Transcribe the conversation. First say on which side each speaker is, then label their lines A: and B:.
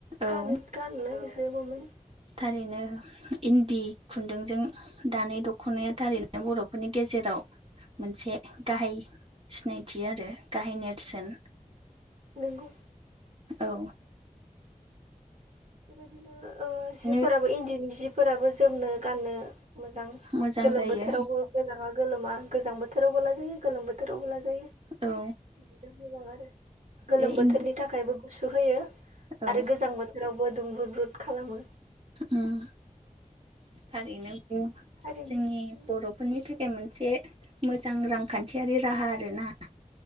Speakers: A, on the right; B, on the right.
A: औ
B: गानो गाननो बिफोरबोमोन
A: थारैनो इन्दि खुन्दुंजों दानाय दख'नाया थारैनो बर'फोरनि गेजेराव मोनसे गाहाय सिनायथि आरो गाहाय नेर सोन
B: नोंगौ
A: औ
B: बेबायदिनो ओ जिफोराबो
A: नो
B: इन्दिनि जिफोराबो जोमनो गाननो मोजां
A: मोजां
B: गोलोम
A: जायो
B: बोथोरावबो गोजाङा गोलोमा गोजां बोथोरावबो लाजायो गोलोम बोथोरावबो लाजायो
A: औ
B: बिदिनो मोजां आरो गोलोम
A: बे
B: बोथोरनि
A: इन
B: थाखायबो गुसु होयो
A: औ
B: आरो गोजां बोथोरावबो दुंब्रुद ब्रुद खालामो
A: उम थारैनो बु
B: थारैनो
A: जोंनि बर' फोरनि थाखाय मोनसे मोजां रांखान्थियारि राहा आरो ना